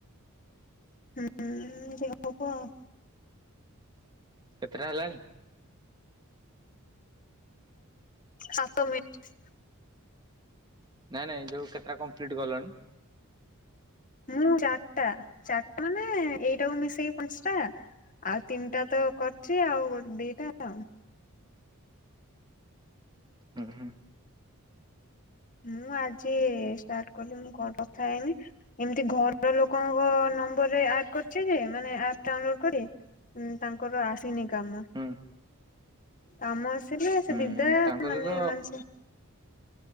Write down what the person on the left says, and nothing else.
ହୁଁ ଯାହା ହବ ଆଉ।
ସାତ ମିନଟି।
ମୁଁ ଚାରଟା ଚାରଟା ମାନେ ଏଇଟାକୁ ମିଶେଇିକ ପାଞ୍ଚଟା ଆଉ ତିନିଟା ତ କରଚି ଆଉ ଗୋ ଦିଟା ଆଉ।
ମୁଁ ଆଜି ଷ୍ଟାର୍ଟ କଲି ମୁଁ କଟ ଥାଇନି ଏମତି ଘର ଲୋକଙ୍କ ନମ୍ବରରେ ଆଡ କରଚି ଯେ ମାନେ ଆପ ଡାଉନଲୋଡ କରି ଉଁ ତାଙ୍କର ଆସିନି କାମ।
କମ ଆସ୍ ଥିଲେ ସେ
ଦିଦା
ମାନେ
ମାନଛ